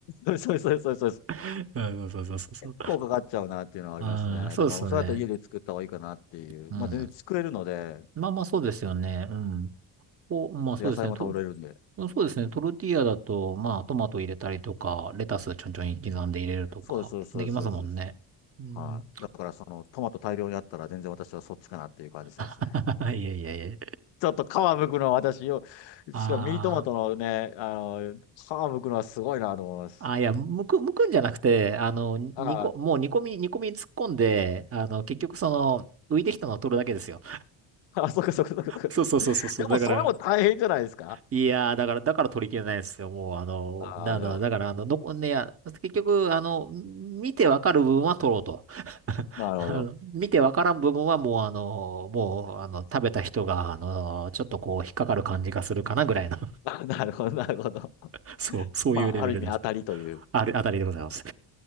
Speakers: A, on the left; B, on the right.
A: そうそうそうそうそう。
B: <laughs> うんそうそうそうそう。
A: 結構かかっちゃうなっていうのはありますね。
B: ああ、そうですね。
A: だからもうそうやったら家で作った方がいいかなっていう。
B: うん。
A: まあ全然作れるので、
B: まあまあ、そうですよね。うん。お、まあそうですね。
A: あと野菜も食べれるんで。
B: と、そうですね。トルティーヤだと、まあ、トマト入れたりとか、レタスちょんちょん刻んで入れるとか、
A: そうです、そうです、
B: できますもんね。
A: そうです、そうです。そうです
B: うん。
A: はい。だからそのトマト大量にあったら全然私はそっちかなっていう感じしますね。
B: <laughs> いやいやいや。
A: ちょっと皮むくのは私よ、
B: ああ。
A: しかもミニトマトのね、あの、皮むくのはすごいなと思います。
B: あ、いや、むく、むくんじゃなくて、あの、煮こ、
A: ああ、
B: もう煮込み、煮込みに突っ込んで、あの、結局その、浮いてきたのを取るだけですよ。
A: <laughs> あ、そっかそっかそっかそっか。
B: そうそうそうそうそう。
A: でもそれも大変じゃないですか。
B: だから、いやー、だから、だから取り切れないんですよ。もう、あの、
A: ああ、
B: なの、
A: なるほど。
B: だから、あの、残んねや、結局、あの、見てわかる部分は取ろうと。<laughs>
A: なるほど。
B: あの、見てわからん部分はもう、あの、もう、あの、食べた人が、あの、ちょっとこう、引っかかる感じがするかなぐらいの、
A: <laughs> あ、なるほど、なるほど。
B: <laughs> そう、そういうレベルです。
A: まあ、ある意味当たりという。
B: あれ、あたりでございます。